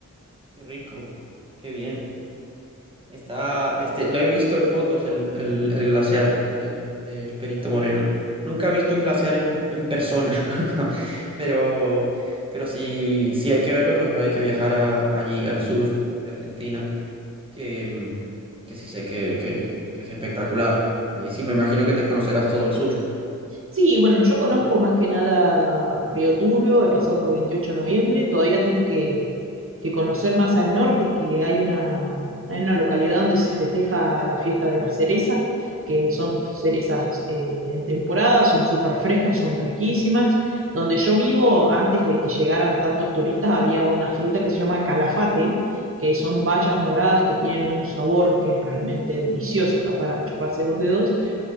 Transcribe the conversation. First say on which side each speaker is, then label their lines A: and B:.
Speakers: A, on the right; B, on the right.
A: Qué rico, qué bien. Está, este, lo he visto en fotos el, el- el glaciar del Perito Moreno. Nunca he visto un glaciar en, en persona, <laughs> pero, pero si, si hay que verlo, pues hay que viajar a- allí al sur de Argentina, que, mm, que sí sé que, que- que- que es espectacular. Ahí sí me imagino que te conocerás todo el sur.
B: Sí, bueno, yo conozco más que nada Río Turbio, he pasado por veintiocho de noviembre, todavía tengo que, que conocer más al norte, que hay una, hay una localidad donde se festeja la fiesta de la cereza, que son cerezas eh, en temporada, son súper frescas y son riquísimas. Donde yo vivo, antes de que llegaran tantos turistas, había una fruta que se llama calafate, que son bayas moradas que tienen un sabor que es realmente delicioso, está para chuparse los dedos